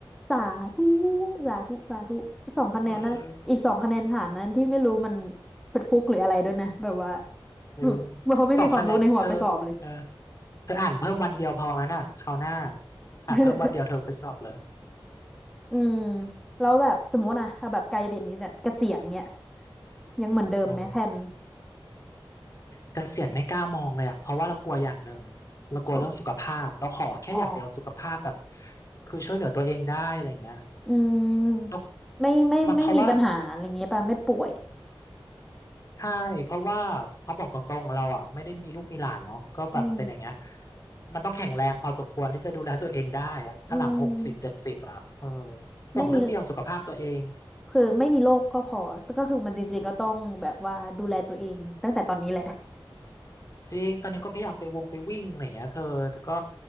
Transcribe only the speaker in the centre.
สาธุสาธุสาธุอีกสองคะแนนนั้นอีกสองคะแนนผ่านนั้นที่ไม่รู้มัน
เป็นฟุกหรืออะไรด้วยนะ แบบว่า
เหมือนเขาไม่มีความรู้ในหัวไปสอบเลย
<laughs> อืมแล้วแบบสมมติอะเอาแบบไกลเบียนนี้เนี่ยเกษียณเงี้ยยังเหมือนเดิมไหมแผน
ก็อ๋อ
อืมไม่ไม่ไม่มีปัญหาอะไรเงี้ยป่ะไม่ป่วย
อืม
อืม
ไม่มีคือไม่มีโรคก็พอ ก็คือมันจริงๆก็ต้องแบบว่าดูแลตัวเองตั้งแต่ตอนนี้แหละ